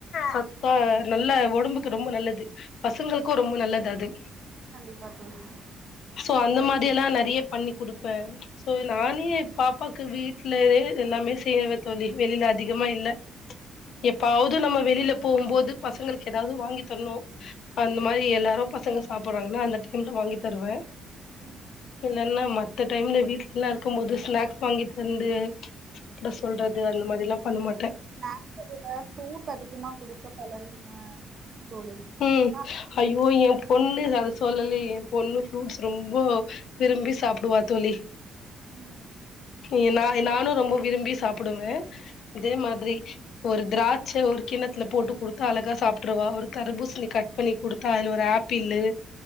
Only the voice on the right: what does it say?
கண்டிப்பா தோழி
ம்
ஸ்நாக்கு பதிலா ஃப்ரூட் அதிகமா குடுக்க பழகுங்க தோழி
ஆனா
ம்
ம்